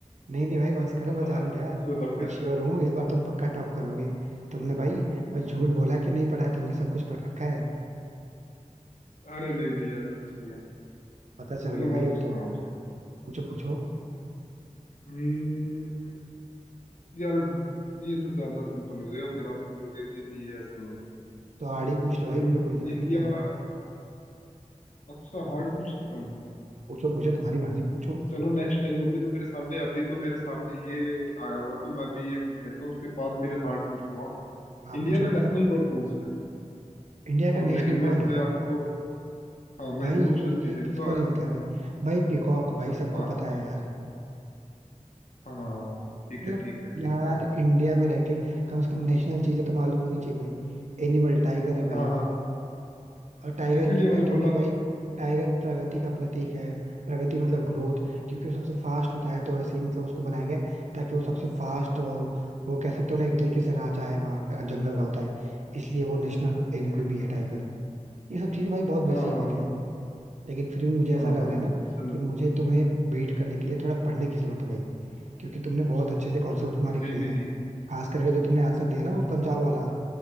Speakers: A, on the right; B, on the left.
A: नहीं नहीं भाई बस करो मैं
B: हाँ
A: जान
B: और
A: गया
B: कुछ बताऊं क्या
A: मैं श्योर हूँ इस बार तुम पक्का टॉप करोगे तुमने भाई भाई झूठ बोला कि नहीं पढ़ा है तुमने सब कुछ पढ़ रखा है
B: अरे नहीं नहीं ऐसा कुछ नहीं है
A: पता चल
B: चलो
A: रहा है भाई
B: मैं
A: अब
B: पूछता
A: तो
B: हूँ आपसे
A: पूछो पूछो
B: हम्म, यार ये तो ज्यादा सिंपल हो जाएगा फिर आप बोलोगे कि नहीं ऐसा नहीं
A: तो आड़ी पूछ लो
B: हम्म,
A: भाई मुझे कोई दिक्कत
B: इंडिया
A: नहीं है
B: हम्म, अच्छा हार्ड पूछ सकता हूँ
A: पूछो पूछो तुम्हारी मर्जी पूछो
B: चलो नेक्स्ट टाइम अभी तो मेरे सामने अभी तो मेरे सामने ये आया हुआ तो मैं अभी ये पूछ लेता हूँ उसके बाद फिर हार्ड पूछ लूंगा
A: हाँ
B: इंडिया
A: पूछो
B: का नेशनल बर्ड कौन सा है
A: इंडिया
B: और
A: का
B: लेकिन
A: नेशनल
B: मैं
A: बर्ड
B: इसमें आपको हाँ मैं
A: भाई
B: इसको
A: ये
B: ऑप्शन भी
A: ये
B: दूंगा
A: किसको नहीं
B: इसमें
A: पता है भाई भाई पीकॉक भाई सबको
B: हाँ
A: पता है यार
B: हाँ ठीक
A: मतलब
B: है ठीक है ठीक
A: यार
B: है
A: इंडिया में रह के कम से कम नेशनल चीजें तो मालूम होनी चाहिए भाई एनिमल टाइगर है भाई
B: हाँ हाँ हाँ
A: और टाइगर
B: इसीलिए
A: क्यों
B: मैंने
A: है क्योंकि
B: बोला
A: भाई
B: तो आपको
A: टाइगर प्रगति का प्रतीक है प्रगति मतलब ग्रोथ क्योंकि वो सबसे फास्ट होता है तो ऐसे ही मतलब उसको बनाया गया है, ताकि वो सबसे फास्ट और वो कह सकते हो ना एक तरीके से राजा है वहाँ अ, जंगल का होता है इसलिए वो नेशनल एनिमल
B: हम्म,
A: भी है टाइगर ये सब चीजें भाई बहुत बेसिक
B: हाँ हाँ
A: होती
B: हाँ
A: है लेकिन फिर भी मुझे ऐसा
B: हाँ
A: लग
B: हाँ
A: रहा
B: हाँ
A: है ना
B: हाँ चलो
A: कि मुझे तुम्हें बीट करने के लिए थोड़ा पढ़ने की जरूरत है भाई क्योंकि तुमने बहुत अच्छे से कॉन्सेप्ट तुम्हारे
B: नहीं
A: क्लियर
B: नहीं
A: है
B: नहीं
A: खास करके जो तुमने आंसर दिया ना वो पंजाब वाला